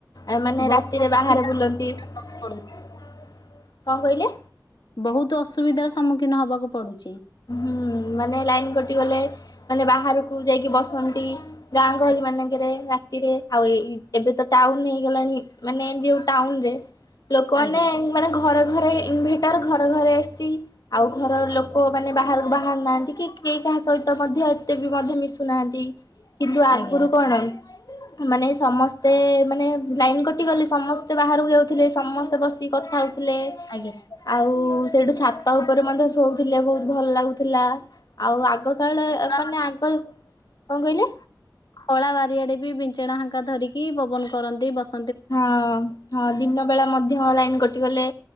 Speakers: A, on the left; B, on the left.
A: ଆ ମାନେ
B: ବହୁତ
A: ରାତିରେ
B: ଅସୁବିଧାର
A: ବାହାରେ ବୁଲନ୍ତି
B: ଦିନ ହବାକୁ
A: କଣ
B: ପଡୁଛି।
A: କହିଲେ
B: ବହୁତ ଅସୁବିଧାର ସମ୍ମୁଖୀନ ହବାକୁ ପଡୁଛି।
A: ହୁଁ ମାନେ ଲାଇନ୍ କଟିଗଲେ ମାନେ ବାହାରକୁ ଯାଇକି ବସନ୍ତି ଗାଁ ଗହଳି
B: ଆଜ୍ଞା
A: ମାନଙ୍କରେ ରାତିରେ ଆଉ ଏଇ ଏବେ ତ ଟାଉନ <unintelligible>
B: ଆଜ୍ଞା
A: ଘରେ ଘରେ ଇନଭେଟର ଘରେ ଘରେ ଏସି ଆଉ ଘର ଲୋ ମାନେ ବାହାରକୁ ବାହାରୁ ନାହାନ୍ତି କି କେହି କାହା ସହିତ ମଧ୍ୟ ଏତେ ବି ମଧ୍ୟ ମିଶୁନାହାଁନ୍ତି। କିନ୍ତୁ
B: ଆଜ୍ଞା
A: ଆଗରୁ କଣ? ମାନେ ସମସ୍ତେ ମାନେ ଲାଇନ କଟିଗଲେ ସମସ୍ତେ ବାହାରକୁ ଯାଉଥିଲେ ସମସ୍ତେ ବସି କଥା ହଉଥିଲେ
B: ଆଜ୍ଞା।
A: ଆଉ ସେଠୁ ଛାତ ଉପରେ ମଧ୍ୟ ସୋ ଥିଲେ ବହୁତ ଭଲ ଲାଗୁଥିଲା ଆଉ ଆଗ କାଳ
B: <unintelligible>
A: ମାନେ ଆଗ କଣ କହିଲେ?
B: ଖଳା ବାରିଆଡେ ବି ଚେଣାାହାାଙ୍କା ଧରିକି ପବନ କରନ୍ତି ବସ <unintelligible>
A: ହଁ ହଁ ଦିନ ବେଳା ମଧ୍ୟ ଲାଇନ କଟିଗଲେ